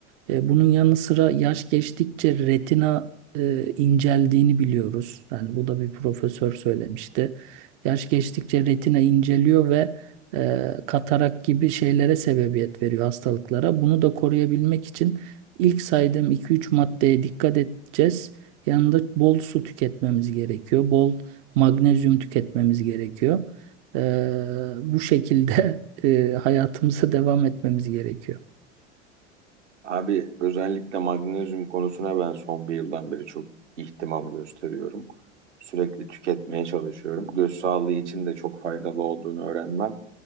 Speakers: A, on the right (about 50°); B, on the right (about 75°).
A: E, bunun yanı sıra yaş geçtikçe retina e, inceldiğini biliyoruz. Yani bu da bir profesör söylemişti. Yaş geçtikçe retina inceliyor ve e, katarak gibi şeylere sebebiyet veriyor hastalıklara. Bunu da koruyabilmek için ilk saydığım 2-3 maddeye dikkat edeceğiz. Yanında bol su tüketmemiz gerekiyor. Bol magnezyum tüketmemiz gerekiyor. Ee, bu şekilde <laughs> e, hayatımıza devam etmemiz gerekiyor.
B: Abi özellikle magnezyum konusuna ben son bir yıldan beri çok ihtimam gösteriyorum. Sürekli tüketmeye çalışıyorum. Göz sağlığı için de çok faydalı olduğunu öğrenmem